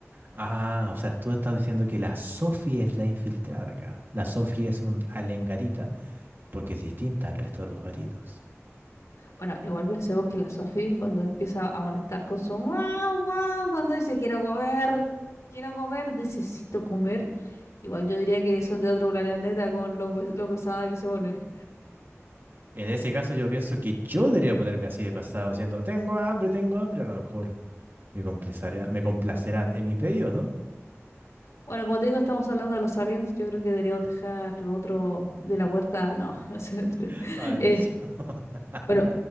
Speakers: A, on the right; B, on the left.
A: Ah, o sea, tú estás diciendo que la Sophie es la infiltrada acá. La Sophie es un alien gatita porque es distinta al resto de los gatitos.
B: Bueno, igual pensemos que la Sophie cuando empieza a molestar con su guau, guau, cuando dice quiero comer, quiero comer, necesito comer. Igual yo diría que eso es de otro planeta con lo, pe- lo pesada que se pone.
A: En ese caso, yo pienso que yo debería ponerme así de pasado, diciendo, tengo hambre, tengo hambre. A lo mejor me complacerán, me complacerán en mis pedidos, ¿no?
B: Bueno, como te digo, estamos hablando de los aliens. Yo creo que deberíamos dejar lo otro de la puerta. No, <laughs> no sé.
A: <laughs>
B: <laughs>
A: Maldición.
B: Eh,
A: <laughs>
B: Bueno,